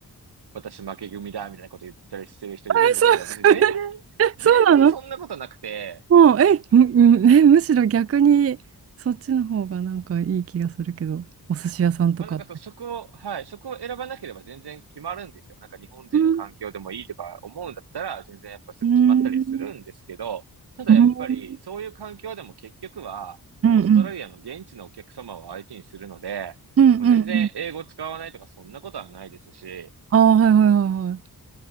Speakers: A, on the right; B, on the right.
A: 私負け組だみたいなこと言ったりしてる人いるんですけど、
B: え、そう、
A: 別に全然、
B: <laughs> え、そうなの
A: 全然そんなことなくて、
B: もう、え、むむえ、むしろ逆に、そっちの方がなんかいい気がするけど、お寿司屋さんとか。
A: まあなんかそう、職を、はい、職を選ばなければ全然決まるんですよ。なんか日本人の環境でもいいとか思うんだったら、
B: うん、
A: 全然やっぱすぐ決まったりはするんですけど、
B: うん、うん、
A: ただやっぱりそういう環境でも結局は、
B: うん、うん、
A: オーストラリアの現地のお客様を相手にするので、
B: うん、う
A: もう全然英語使わないとかそんなことはないですし、
B: ん。ああ、はいはいはいは